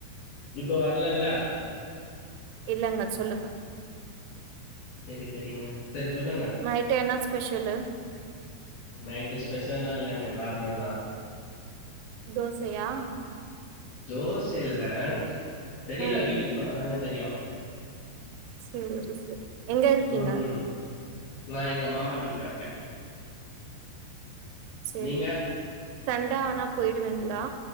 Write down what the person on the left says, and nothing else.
இப்போ வரலல்ல
செரி செரிங்க சேரி சொல்லுங்க
நைட்டு ஸ்பெஷல்லா இல்லைங்க நார்மல் தா
தோச இல்ல தெரியல
வீட்டுக்கு போனாதாங்க தெரியு
ம் நா எங்க மாமா வீட்ல இருக்க
நீங்க